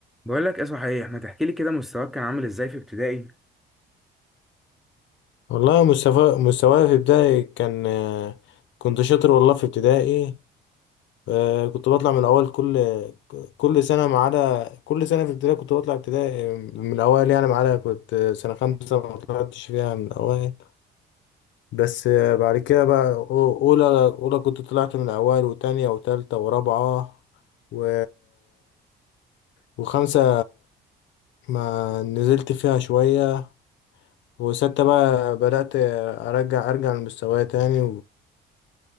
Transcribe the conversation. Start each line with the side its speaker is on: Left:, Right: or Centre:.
Centre: بقول لك ايه صحيح ما تحكي لي كده مستواك كان عامل ازاي في ابتدائي
Left: والله مستوى مستواي في ابتدائي كان آه، كنت شاطر والله في ابتدائي آه، كنت بطلع من الاول كل كل سنه ما عدا كل سنه في ابتدائي كنت بطلع ابتدائي من الاوائل يعني ما عدا كنت آه، سنه خمسه ما طلعتش فيها من الاوائل بس آه، بعد كده بقى أو- اولى اولى كنت طلعت من الاوائل وتانية وتالتة ورابعه و وخمسه ما نزلت فيها شويه وستة بقى بدأت أرجع أرجع لمستواي تاني